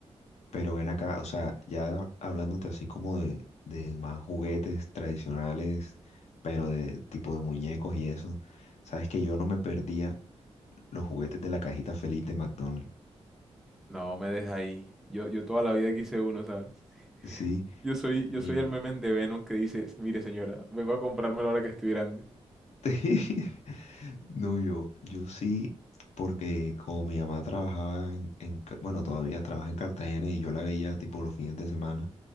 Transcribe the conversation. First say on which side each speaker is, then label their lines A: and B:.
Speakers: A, on the left (about 75°); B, in the centre.
A: Pero ven acá, o sea, ya hablándote así como de, de más juguetes tradicionales, pero de tipo de muñecos y eso, sabes que yo no me perdía los juguetes de la cajita feliz de McDonald's.
B: No, me deja ahí. Yo, yo toda la vida quise uno, ¿sabes?
A: Sí,
B: Yo soy,
A: mira,
B: yo soy el meme de Venom que dice, mire señora, vengo a comprármelo ahora que estoy grande.
A: <laughs> no, yo, yo sí, porque como mi mamá trabajaba en, en Ca- bueno, todavía trabaja en Cartagena y yo la veía tipo los fines de semana,